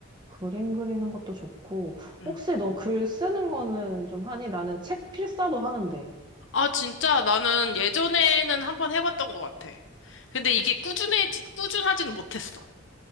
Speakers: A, on the right (about 20°); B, on the left (about 65°).
A: 그림 그리는 것도 좋고
B: 음.
A: 혹시 너 글 쓰는 거는 좀 하니? 나는 책 필사도 하는데.
B: 아, 진짜 나는 예전에는 한번 해봤던 것 같아. 근데 이게 꾸준해지, 꾸준하진 못했어.